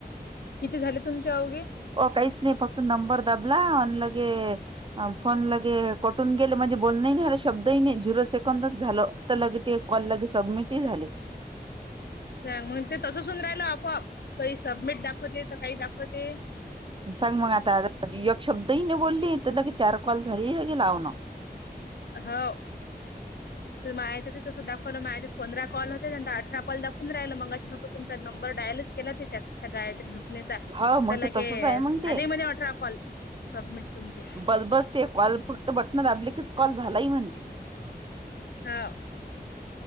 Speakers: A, on the left (about 70°); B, on the right (about 30°).
A: किती झाले तुमचे अवघे
B: ओ काईस नाई फक्त नंबर दाबला अन लगे अनं फोन लगे कटून गेले म्हणजे बोलणही नाई झाला शब्दही नाही झिरो सेकंदच झालं. त लगे ते कॉल लगे सबमिट ही झाले.
A: सांग मग ते तसंचं होऊन राहिलं आपआप काई सबमिट दाखवते त काई दाखवते.
B: सांग मग आता एक शब्दही नही बोलली त लगे चार कॉल झाले लगे लावून.
A: हव ते माझयं याच्यात ही तसचं दाखवलं माया हयाच्यात पंधरा कॉल होते त्यांंत अठरा कॉल दाखून राहिला मंगाशी तस तुमचा नंबर डायलचं केला त्याच्यात त्या गायत्री नं न्याचा
B: हा मग
A: त लगे
B: ते तसंच आहे
A: झाले
B: मग ते
A: म्हणे अठरा कॉल सबमिट तुमचे
B: बसबस ते कॉल फक्त बटनं दाबले कीच कॉल झालाही म्हणते.
A: हा